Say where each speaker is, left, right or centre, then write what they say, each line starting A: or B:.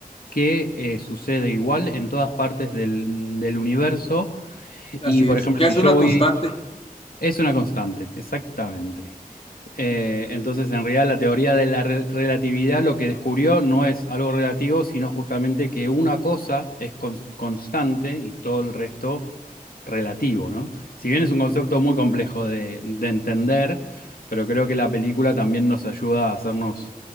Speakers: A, on the left; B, on the left.
A: que eh, sucede igual en todas partes del, del universo y,
B: Así
A: por
B: es,
A: ejemplo,
B: que
A: si
B: es
A: yo
B: una
A: voy...
B: constante.
A: Es una constante, exactamente. Eh, entonces, en realidad, la teoría de la re- relatividad lo que descubrió no es algo relativo, sino justamente que una cosa es cons- constante y todo el resto relativo, ¿no? Si bien es un concepto muy complejo de, de entender, pero creo que la película también nos ayuda a hacernos,